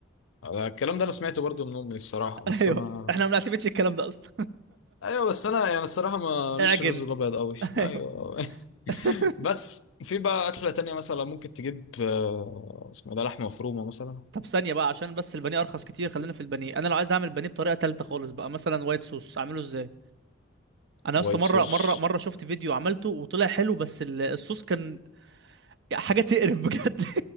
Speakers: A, on the left; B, on the right.
A: آه، الكلام ده انا سمعته برضو من امي الصراحه
B: <laughs>
A: بس
B: ايوه
A: ما
B: احنا ما بنعتمدش الكلام ده اصلا
A: <laughs> ايوه بس انا يعني الصراحه ما
B: <laughs> اعجن
A: ليش الرز الابيض قوي
B: <laughs> ايوه
A: ايوه <laughs>
B: <laughs>
A: بس في بقى اكله تانية مثلا ممكن تجيب آه، اسمه ده لحمه مفرومه مثلا
B: طب ثانية بقى عشان بس البانيه أرخص كتير خلينا في البانيه أنا لو عايز أعمل بانيه بطريقة تالتة خالص بقى مثلا وايت صوص أعمله إزاي أنا
A: وايت
B: أصلا مرة
A: صوص
B: مرة مرة شفت فيديو عملته وطلع حلو بس ال- الصوص كان حاجة تقرف بجد <laughs>